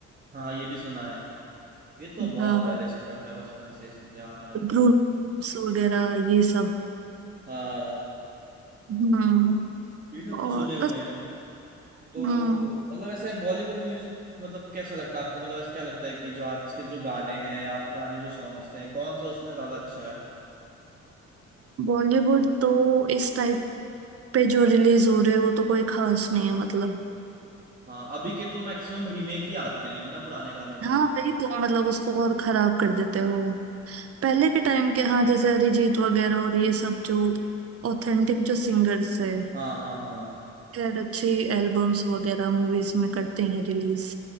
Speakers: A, on the right; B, on the right.
A: हाँ ये भी सुना है ये तो बहुत
B: हाँ
A: पहले सुन रखा है बचपन से ही सुनते आ रहे हैं तो
B: ब्रूस वगैरह ये सब
A: हाँ
B: हम्म
A: ये सब
B: और
A: तो सुने हुए
B: बस
A: हैं तो
B: हम्म
A: मतलब ऐसे बॉलीवुड म्यूजिक मतलब कैसा लगता है आपको मतलब ऐसे क्या लगता है कि जो आज के जो गाने हैं या पुराने जो सॉन्ग्स थे कौन सा उसमें ज्यादा अच्छा है
B: बॉलीवुड तो इस टाइप पे जो रिलीज हो रहे हो तो कोई खास नहीं है मतलब
A: हाँ अभी के तो मैक्सिमम रीमेक ही आते हैं है ना पुराने गानों
B: हाँ
A: के
B: वही तो मतलब उसको और खराब कर देते हो पहले के टाइम के हाँ जैसे अरिजीत वगैरह और ये सब जो ऑथेंटिक जो सिंगर्स है
A: हाँ हाँ हाँ
B: खैर अच्छी एल्बम्स वगैरह मूवीज में करते हैं रिलीज